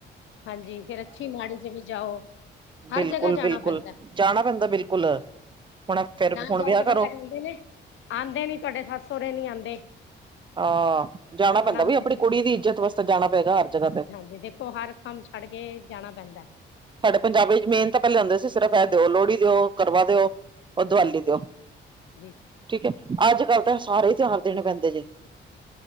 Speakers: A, on the left; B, on the right.
A: ਹਾਂਜੀ, ਫਿਰ ਅੱਛੀ ਮਾੜੀ 'ਚ ਵੀ ਜਾਓ ਹਰ
B: ਬਿਲਕੁਲ-
A: ਜਗ੍ਹਾ ਜਾਣਾ
B: ਬਿਲਕੁਲ,
A: ਪੈਂਦਾ
B: ਜਾਣਾ ਪੈਂਦਾ ਬਿਲਕੁਲ, ਹੁਣ ਫੇਰ,
A: ਨਾ
B: ਹੁਣ
A: ਜਾਏ
B: ਵਿਆਹ
A: ਤੇ
B: ਕਰੋ।
A: ਬੰਦਾ ਕਹਿੰਦੇ ਨੇ ਆਂਦੇ ਨੀ, ਤੁਹਾਡੇ ਸੱੱਸ ਸਹੁਰੇ ਨੀ ਆਂਦੇ
B: ਹਾਂ, ਜਾਣਾ ਪੈਂਦਾ
A: ਆਣਾ
B: ਵੀ ਆਪਣੀ
A: ਜ਼ਰੂਰੀ
B: ਕੁੜੀ ਦੀ ਇੱਜਤ ਵਾਸਤੇ ਜਾਣਾ ਪਏਗਾ ਹਰ ਜਗਹਾ ਤੇ
A: ਜੇ ਦੇਖੋ ਹਰ ਕੰਮ ਛੱਡ ਕੇ, ਜਾਣਾ ਪੈਂਦਾ
B: ਸਾਡੇ ਪੰਜਾਬੀ 'ਚ ਮੇਨ ਤਾਂ ਪਹਿਲੇ ਹੁੰਦੇ ਸੀ, ਸਿਰਫ਼ ਐਹ ਦਿਓ, ਲੋਹੜੀ ਦਿਓ, ਕਰਵਾ ਦਿਓ ਓ ਦਵਾਲੀ ਦਿਓ
A: ਜੀ
B: ਠੀਕ ਐ, ਅੱਜ -ਕੱਲ ਤਾਂ ਸਾਰੇ ਹੀ ਤਿਉਹਾਰ ਦੇਣੇ ਪੈਂਦੇ ਜੇ